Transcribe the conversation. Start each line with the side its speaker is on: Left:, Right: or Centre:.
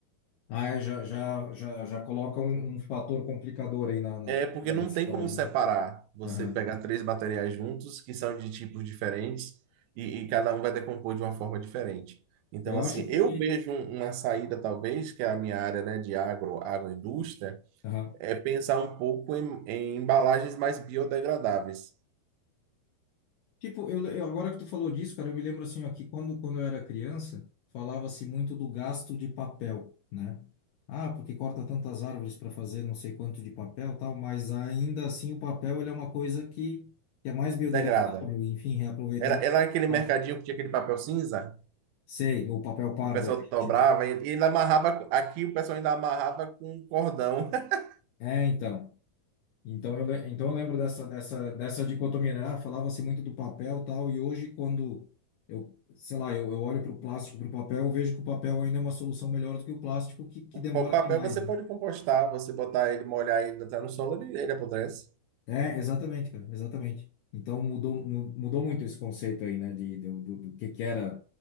Left: Ah, é, já, já, já, já coloca um, um fator complicador aí na, na
Right: É porque
Left: da
Right: não
Left: reciclagem,
Right: tem como separar.
Left: né?
Right: Você
Left: Aham.
Right: pegar três materiais juntos, que são de tipos diferentes, e, e cada um vai decompor de uma forma diferente. Então,
Left: Eu
Right: assim,
Left: acho que.
Right: eu vejo um- uma saída, talvez, que é a minha área, né, de agro, agroindústria,
Left: Uhum.
Right: é pensar um pouco em, em embalagens mais biodegradáveis.
Left: Tipo, eu, eu- agora que tu falou disso, cara, eu me lembro assim, ó, que quando, quando eu era criança, falava-se muito do gasto de papel, né? Ah, porque corta tantas árvores para fazer não sei quanto de papel, tal, mas ainda assim o papel ele é uma coisa que, que é mais biodegradável,
Right: Degrada.
Left: enfim, reaproveitável
Right: Era, era
Left: do que o
Right: aquele
Left: plástico.
Right: mercadinho que tinha aquele papel cinza,
Left: Sei, o papel pardo
Right: que o pessoal
Left: é que a gente
Right: dobrava
Left: chama.
Right: e e ainda amarrava. Aqui o pessoal ainda amarrava com um cordão. <laughs>
Left: É, então. Então eu, le- então eu lembro dessa, dessa, dessa dicotomia, né? Ah, falava-se muito do papel e tal, e hoje quando eu, sei lá, eu, eu olho para o plástico, para o papel, eu vejo que o papel ainda é uma solução melhor do que o plástico, que, que
Right: O
Left: demora
Right: pa- papel
Left: demais,
Right: você
Left: né?
Right: pode compostar, você botar ele, molhar ele, botar no solo, ele, ele apodrece.
Left: É, exatamente, cara, exatamente. Então mudou, mu- mudou muito esse conceito aí, né? De, do, do, do que que era,